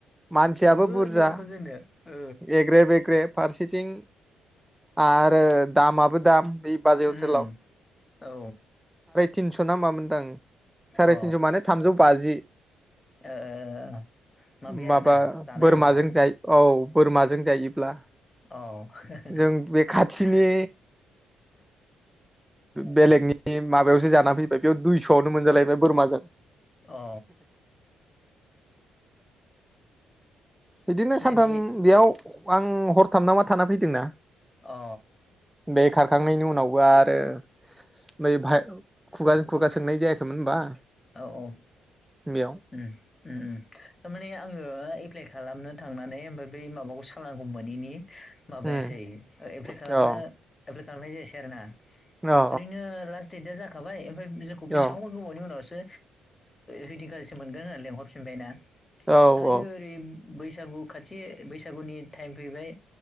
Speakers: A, in the centre; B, on the left.
A: मानसियाबो
B: सोरनो
A: बुरजा
B: हरगोन जोंनो ओ
A: एग्रे बेेग्रे फारसि थिं आरो दामाबो दाम बे बाजै हटेलाव
B: उम औ
A: थिनस' ना मामोनदां साराय
B: ओ
A: थिनस' माने थामजौ बाजि
B: ओ माबाया
A: माबा
B: आरोना जानाय
A: बोरमाजों
B: आदारा
A: जायो औ बोरमाजों जायोब्ला
B: औ
A: जों बे खाथिनि बेलेगनि माबायावसो जानानै फैबाय बेयाव दुइस'आवनो मोनजालायबाय बोरमाजों
B: अ ओ
A: बिदिनो
B: सिनायनाय
A: सानथाम बेयाव आं हरथाम नामा थाना फैदों ना
B: अ
A: बे खारखांनायनि उनावबो आ रो नै बाहाय खुगाजों खुगा सोंनाय जायाखैमोन होनबा
B: औ औ
A: बेयाव
B: उम उम उम थारमाने आंङो एप्लाइ खालामनो थांनानै ओमफाय बै माबाखौ सालानखौ मोनैनि माबायासै
A: उम
B: एप्लाइ खालामनो
A: औ
B: रो खालामनाय जायासै आरो ना
A: औ
B: ओरैनो लास देटआ जाखाबाय ओमफाय जोंखौ बेसेबांबा
A: औ
B: गोबावनि उनाव सो सो‌ रिदिं गोदानसो मोनगोन होननानै लिंहरफिनबायना
A: औ
B: आरो
A: औ
B: ओरै बैसागु खाथि बैसागुनि टाइम फैबाय